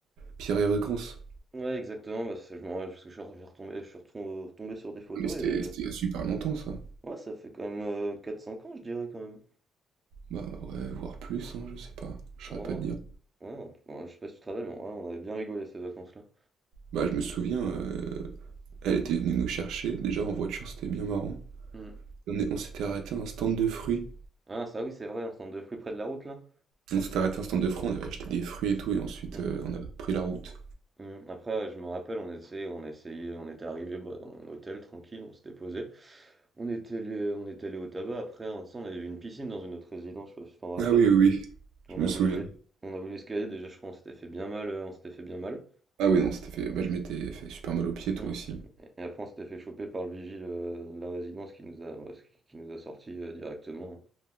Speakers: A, on the right (about 85°); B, on the right (about 25°).
A: Pierre et Vacances.
B: Ouais, exactement, parce que je me rappelle, parce que je suis re- retombé, je suis retom- retombé sur des photos,
A: Ah, mais c'était
B: et euh,
A: c'était il y a super longtemps, ça.
B: ouais, ça fait quand même euh, 4-5 ans, je dirais, quand même.
A: Bah ouais, voire plus, hein, je sais pas. Je
B: Ouais,
A: saurais pas te dire.
B: ouais, ouais, ouais, je sais pas si tu te rappelles, mais ouais, on avait bien rigolé ces vacances-là.
A: Bah je me souviens, euh, elle était venue nous chercher, déjà en voiture, c'était bien marrant.
B: Hmm.
A: On est- on s'était arrêté à un stand de fruits.
B: Ah, ça oui, c'est vrai, on centre de fruits près de la route, là.
A: On s'était arrêté à un stand de fruits, on avait acheté des fruits et tout, et ensuite
B: Hmm.
A: euh, on avait repris la route.
B: Mmh. Après, ouais, je me rappelle, on essayait, on essayait, on était arrivé bah, dans mon hôtel tranquille, on s'était posé. On était allé, on était allé au tabac. Après, un instant, on avait vu une piscine dans une autre résidence, je sais pas si tu t'en rappelles.
A: Ah oui, oui, oui, je
B: On
A: me
B: a
A: souviens.
B: voulu, l'es- on a voulu escalader. Déjà, je crois, on s'était fait bien mal, euh, on s'était fait bien mal.
A: Ah oui, non, c'était fait. Bah, je m'étais fait super mal aux pieds, toi
B: Mmh.
A: aussi.
B: Et après, on s'était fait choper par le vigile euh, de la résidence qui nous a, ouais, qui qui nous a sorti euh, directement.